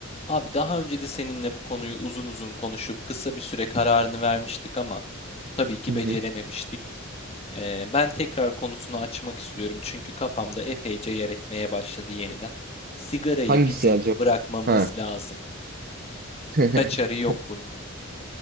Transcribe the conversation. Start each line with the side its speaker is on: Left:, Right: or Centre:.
Left: Abi daha önce de seninle bu konuyu uzun uzun konuşup kısa bir süre kararını vermiştik ama tabii ki
Right: Hı hı.
Left: becerememiştik. Ee, ben tekrar konusunu açmak istiyorum çünkü kafamda epeyce yer etmeye başladı yeniden. Sigarayı
Right: Hangisi
Left: bizim
Right: acaba?
Left: bırakmamız
Right: Ha.
Left: lazım.
Right: <laughs>
Left: Kaçarı yok bunun.